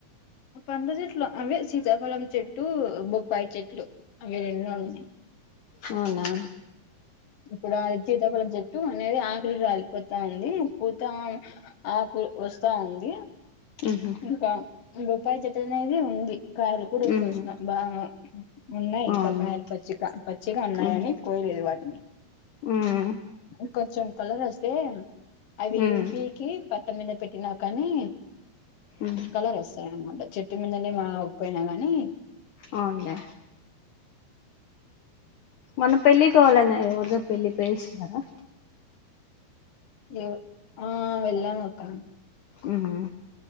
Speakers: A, on the left; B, on the left.
A: పంద చెట్లు అవే సీతాఫలం చెట్టు బొప్పాయి చెట్లు అవి రెండు ఉన్నాయి
B: అవునా
A: ఇప్పుడు అది సీతపేలం చెప్ప చుట్టటు అనేది ఆకులి రాలిపోతా ఉంది పూతా ఆకులు వస్తా ఉంది
B: ఉహు
A: ఇకా రూపాయి చెట్టు అనేది ఉంది కాయలు కూడా ఎక్కుసిన
B: ఉహు
A: బా ఉన్నాయి ఇంకా
B: అవునులే
A: కాయలు పచ్చిగా పచ్చిగా ఉన్నాయ
B: ఉహు
A: అని కోయలేదు వాటిని
B: ఉమ్
A: ఇంకొంచెం కలర్ వస్తే అది
B: ఉమ్
A: పీకి ప అత్తం మీద పెట్టినా కానీ
B: ఉహు
A: కలర్ వస్తా చెట్టు మీదనే మా అపోయినా గాని
B: అవును లే మనం పెళ్ళి కావాలన్నా ఎవరితో పెళ్ళి పెయిస్తున్నారా
A: ఏ ఆ వెళ్ళాన అక్క
B: హమ్మ